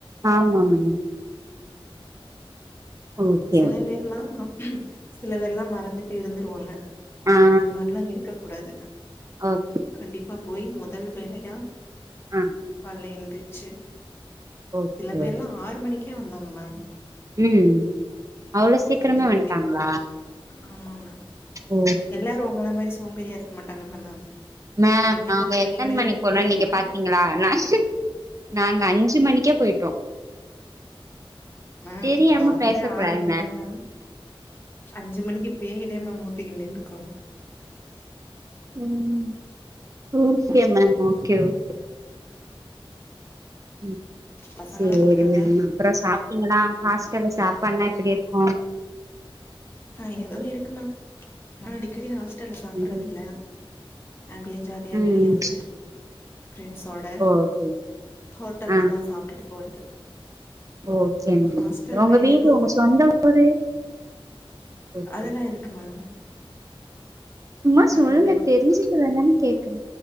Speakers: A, on the right; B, on the left.
A: ஆமா மேம் ஓகே
B: சில பேர்லா சில பேர்லா மறந்துட்டு இருந்துருவாங்க
A: ஆ
B: அந்த மாரிலா இருக்க கூடாது
A: ஓகே
B: கண்டிப்பா போய் மொதல் வேலையா
A: ஆ
B: காலுல எந்துருச்சு
A: ஓகே
B: சில பேர்லா
A: ஓகே.
B: ஆறு மணிக்கே வந்தாங்க மேம்
A: ம் அவ்ளோ சீக்கிரமே
B: வந்து
A: வந்ட்டாங்களா
B: ஊத்திட்டு போனாங்க ஆமா மேம்
A: ஓ
B: எல்லாரு ஒங்கள மாரி சோம்பேரியா இருக் மாட்டாங்கள்ள மேம்
A: மேம்
B: நீங்க
A: நாங்க
B: பத்து மணி
A: எத்தன
B: வரையு
A: மணிக்
B: தூங்குறாங்கன்னா
A: போனோன் நீங்க பாத்தீங்களா நானு நாங்க அஞ்சு மணிக்கே போய்ட்டோ
B: மேம்
A: தெரியாம
B: தொறந்ததே
A: பேசக்கூடாது
B: ஆறு மணிதா மேம் அஞ்சு மணிக்கு பேய்தே மேம் ஊத்திக்குனு நின்னுக்கு
A: ம் ஓகே மேம் ஓகே ஓகே ம்
B: பசங்கள
A: சேரி
B: பாத்துக்கங்க
A: மேம் அப்பறோ சாப்ட்டீங்களா
B: ம்
A: ஹாஸ்டல் சாப்பான்னா எப்டி இருக்கு
B: ஆ ஏதோ இருக்கு மேம் நா அடிக்கடி ஹாஸ்டல்ல சாப்பற்றதுல்ல
A: ம்
B: அப்டியே ஜாலியா
A: ம்
B: வெளிய வந்து ஃப்ரண்ட்ஸோட
A: ஓகே
B: ஹோட்டல்லதா
A: ஆ
B: சாப்டுட்டு போறது
A: ஓகே மேம்
B: ஹாஸ்டல்ல
A: ஒங்க வீடு
B: ஏதோ
A: ஒங்க சொந்த ஊரு ஓகே
B: அதலா எதுக்கு மேம்
A: சும்மா சொல்லுங்க
B: அதெல்லா வேணா
A: தெரிஞ்சுக்குற தான கேக்குறே